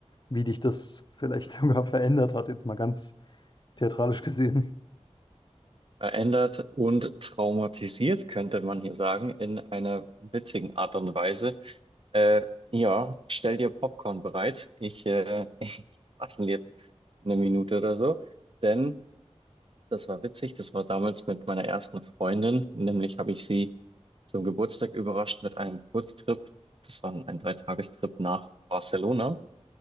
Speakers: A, on the left; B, on the right.
A: wie dich das vielleicht <laughs> sogar verändert hat, jetzt mal ganz theatralisch gesehen.
B: verändert und traumatisiert, könnte man hier sagen, in einer witzigen Art und Weise. Äh, ja, stell dir Popcorn bereit. Ich, äh, <laughs> ich quassel jetzt eine Minute oder so, denn das war witzig. Das war damals mit meiner ersten Freundin. Nämlich habe ich sie zum Geburtstag überrascht mit einem Kurztrip. Das war ein Dreitagestrip nach Barcelona.